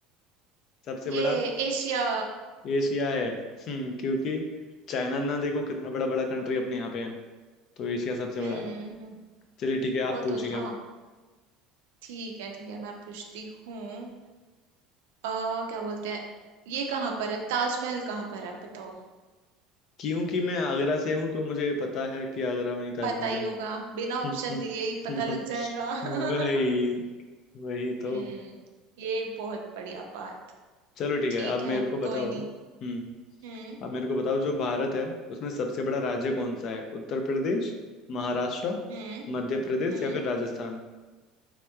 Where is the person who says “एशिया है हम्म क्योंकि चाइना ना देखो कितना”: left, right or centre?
Left